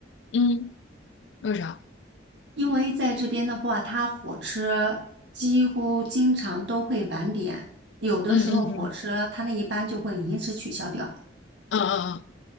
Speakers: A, on the left (about 75°); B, on the right (about 70°).
A: 嗯，为啥？
B: 因为在这边的话，它火车几乎经常都会晚点，有的时候火车它那一班就会临时取消掉。
A: 嗯嗯嗯嗯嗯嗯